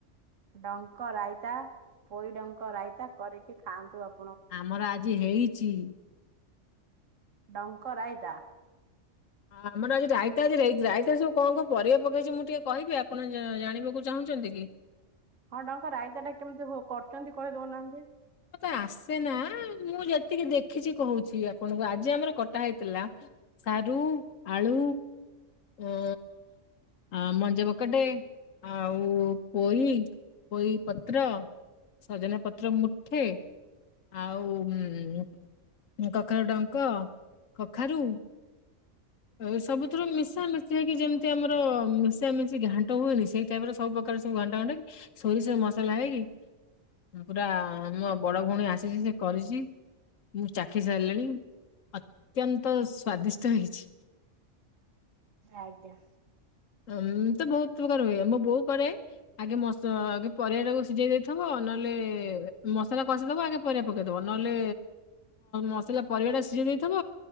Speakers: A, on the right; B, on the left.
A: ଡଙ୍କ ରାଇତା ପୋଇ ଡଙ୍କ ରାଇତା କରିକି ଖାଆନ୍ତୁ ଆ
B: ଆମର ଆଜି ହେଇଚି।
A: ଡଙ୍କ ରାଇତା।
B: ହଁ ଆମର ଆଜି ରାଇତା ଯେ ରାଇ ରାଇତା ସବୁ କଁ କଁ ପରିବା ପକେଇଚି ମୁଁ ଟିକେ କହିବି ଆପଣ ଜାଣିବାକୁ ଚାହୁଁ ଚନ୍ତି କି?
A: ହଁ ଡଙ୍କ ରାଇତାଟା କେମତି ହୋ କରୁଚନ୍ତି କହି ଦୋଉନାହାନ୍ତି।
B: ମତେ ଆସେ ନାଁ ମୁଁ ଯେତିକି ଦେଖିଚି କହୁଚି ଆପଣଙ୍କୁ ଆଜି ଆମର କଟା ହେଇଥିଲା। ସାରୁ, ଆଳୁ ଓ ଆ ମଞ୍ଜା ବକଟେ ଆଉ ପୋଇ ପୋଇ ପତ୍ର ସଜନା ପତ୍ର ମୁଠେ ଆଉ ଉଁ ଉଁ କଖାରୁ ଡଙ୍କ, କଖାରୁ ଏ ସବୁଥୁରୁ ମିଶା ମିଶି ହେଇକି ଯେମତି ଆମର ମିଶା ମିଶି ଘାଣ୍ଟ ହୁଏନି ସେଇ ଟାଇପ୍ ର ସବୁ ପ୍ରକାର ସବୁ ଘଣ୍ଟା ଘଣ୍ଟା ହେଇକି ଷୋରିଷ ମସଲା ହେଇ ଅ ପୁରା ମୋ ବଡ଼ ଭଉଣୀ ଆସିଚି ସିଏ କରିଚି। ମୁଁ ଚାଖି ସାରଲିଣି ଅତ୍ୟନ୍ତ ସ୍ଵାଦିଷ୍ଟ ହେଇଛି। <inaudible>
A: ଆଜ୍ଞା।
B: ମୁଁ ତ ବହୁତ ପ୍ରକାର ହୁଏ ମୋ ବୋଉ କରେ ଆଗେ ମସ ଆଗେ ପରିବା ଟାକୁ ସିଝେଇ ଦେଇଥବ ନ ନଲେ ମସଲା କଷିଦବ ଆଗେ ପରିବା ପକେଇଦବ ନହେଲେ ମସଲା ପରିବା ଟା ସିଝେଇ ଦେଇଥବ।